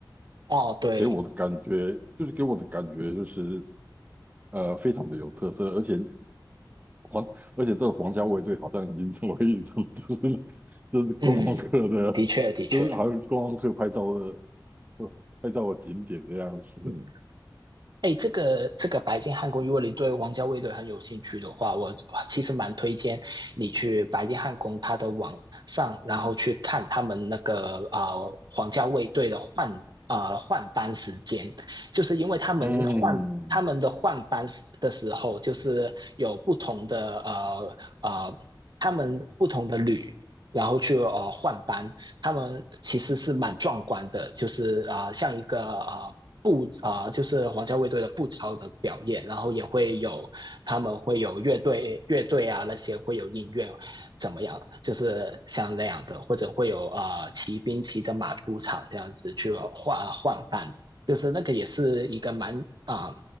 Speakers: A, on the right; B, on the right.
A: 哦，对，
B: 给我的感觉，就是给我的感觉就是呃非常的有特色，而且皇而且这个皇家卫队好像已经成为一种就是 <laughs> 就是观光客的，
A: 嗯，的确的确，
B: 就是好像观光客拍照的拍照的景点这样子，
A: 嗯。哎，这个这个白金汉宫，如果你对皇家卫队很有兴趣的话，我其实蛮推荐你去白金汉宫它的网上，然后去看他们那个啊、呃、王家卫队的换啊呃、换班时间，就是因为他们换他们的换班的时候，
B: 嗯。
A: 就是有不同的呃呃他们不同的旅。然后去呃换班，他们其实是蛮壮观的，就是啊、呃、像一个啊、呃步啊、呃就是皇家卫队的步操的表演，然后也会有他们会有乐队、乐队啊那些会有音乐，怎么样？就是像那样的，或者会有啊、呃骑兵骑着马出场这样子去换换班，就是那个也是一个蛮啊、呃